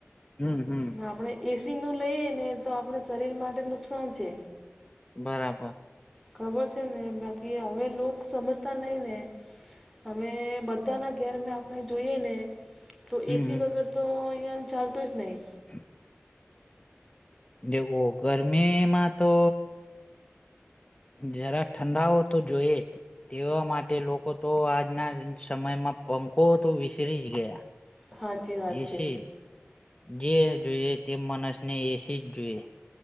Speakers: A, on the left; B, in the centre.
A: હમ્મ, હમ્મ.
B: ના આપને એ સી નું લઈએ ને તો આપણે શરીર માટે નુકસાન છે.
A: બરાબર.
B: ખબર છે ને બાકી હવે લોગ સમજતા નહીં ને અમે બધાના ઘરમે આપણે જોઈએ ને તો
A: હમ
B: એ સી વગર તો આયા ચાલતું જ નહી.
A: હ. ને વો ગરમીમાં તો જરા ઠંડાઓ તો જોઈએ જ. તેવા માટે લોકો તો આજના સમયમાં પંખો તો વિસરી જ ગયા
B: સાચી વાત
A: એસી
B: છે
A: જે જોઈએ તે માણસ ને એસી જ જોઈએ.